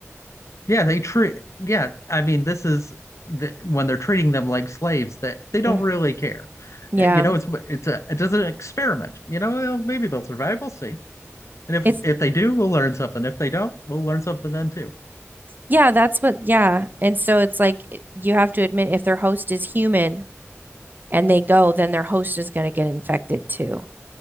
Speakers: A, on the left; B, on the right.
A: Yeah, they treat, yeah, I mean, this is the, when they're treating them like slaves that they don't
B: Mhm.
A: really care.
B: Yeah.
A: Uh, You know, it's it's a it's just an experiment. You know, well, maybe they'll survive. We'll see. And if
B: It's
A: if they do, we'll learn something. If they don't, we'll learn something then too.
B: Yeah, that's what, yeah. And so it's like it- you have to admit if their host is human and they go, then their host is going to get infected too.